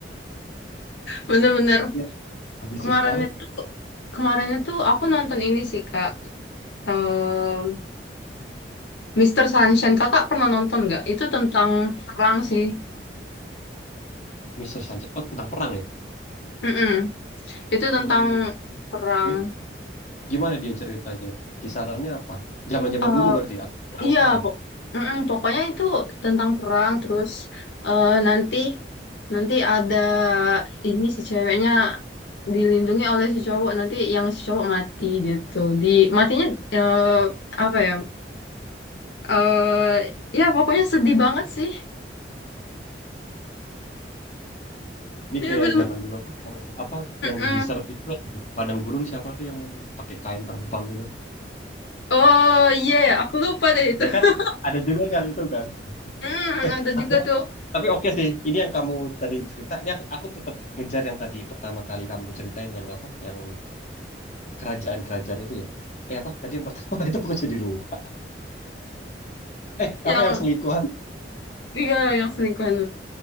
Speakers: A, on the left; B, on the left.
A: Bener-bener
B: Iya. ambisius
A: kemarin
B: banget
A: itu kemarin itu aku nonton ini sih Kak. Em, Mr. Sunshine. Kakak pernah nonton nggak? Itu tentang perang sih.
B: Mr. Sanchez. Oh, tentang perang ya?
A: Mm-mm. Itu
B: Hmm,
A: tentang perang.
B: eh, gimana dia ceritanya? Kisarannya apa? Zaman-zaman
A: eh
B: dulu berarti atau perang
A: iya,
B: sekarang?
A: pok Mm-mm, pokoknya itu tentang perang. Terus eh, nanti nanti ada ini si ceweknya dilindungi oleh si cowok. Nanti yang si cowok mati gitu. Di matinya eh,
B: Astaga.
A: apa ya? eh ya pokoknya sedih banget sih.
B: Ini
A: Iya
B: kayak
A: benar-benar.
B: zaman dulu apa yang, apa
A: Mm-mm.
B: yang di desert itu di padang gurun siapa tuh yang pakai kain terbang itu?
A: Oh iya ya, aku lupa deh itu.
B: Ya
A: <laughs>
B: kan? Ada juga kan itu kan?
A: Mm,
B: Eh,
A: ada
B: Satya.
A: juga tuh
B: tapi oke sih. Ini yang kamu tadi cerita. Ini aku, aku tetap ngejar yang tadi pertama kali kamu ceritain yang apa? Yang kerajaan-kerajaan itu ya? Eh apa? Tadi yang pertama <laughs> itu aku jadi lupa. Eh
A: yang
B: apa yang selingkuhan?
A: iya yang selingkuhan.